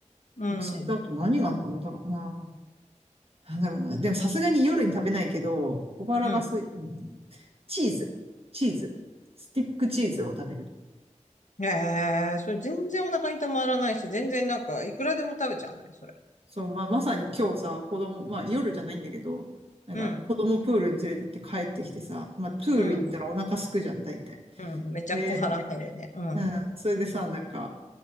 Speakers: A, on the left; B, on the right.
A: うん。
B: うちだと何があるのかなだから、まあ、なんだろうな。でもさすがに夜に食べないけど、小腹がすい、
A: うん。
B: うん、チーズ。チーズ。スティックチーズを食べる。
A: ええそれ全然お腹にたまらないし、全然なんか、いくらでも食べちゃわないそれ。
B: そう、まあ、まさに今日さ、子供、まあ、夜じゃないんだけど、なんか、
A: うん。
B: 子供プールに連れてって帰ってきてさ、まあ、プール行ったらお腹すくじゃん、
A: うん。
B: 大体。
A: うん。めちゃ小腹減るね。
B: で、
A: うん。
B: うん、それでさ、なんか、